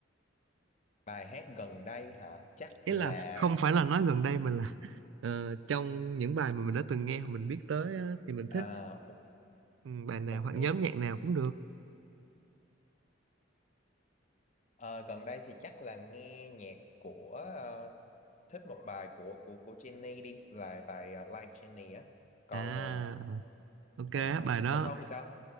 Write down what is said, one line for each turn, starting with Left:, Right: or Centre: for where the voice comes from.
Left: Bài hát gần đây hả? Chắc
Right: ý
Left: là
Right: là không phải là nói gần đây mà là ờ, trong những bài mà mình đã từng nghe hoặc mình biết tới á, thì mình thích
Left: à, o-
Right: ừ, bài nào
Left: ok
Right: hoặc nhóm nhạc nào cũng được
Left: Ờ, gần đây thì chắc là nghe nhạc của ờ, thích một bài của của của Jenny đi là bài ờ, Like Jenny á. Còn
Right: à
Left: ờ,
Right: ok
Left: ờ,
Right: bài đó
Left: còn Phong thì sao?